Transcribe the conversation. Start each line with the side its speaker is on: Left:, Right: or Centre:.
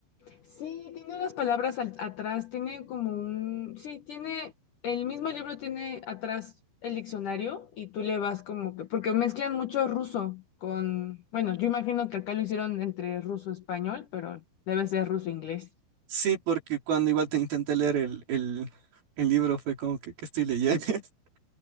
Left: Sí, tiene unas palabras al- atrás, tiene como un, sí, tiene, el mismo libro tiene atrás el diccionario y tú le vas como que, porque mezclan mucho ruso con, bueno, yo imagino que acá lo hicieron entre ruso-español, pero debe ser ruso-inglés.
Right: Sí, porque cuando igual te intenté leer el, el, el libro fue como que, ¿qué estoy leyendo? <laughs>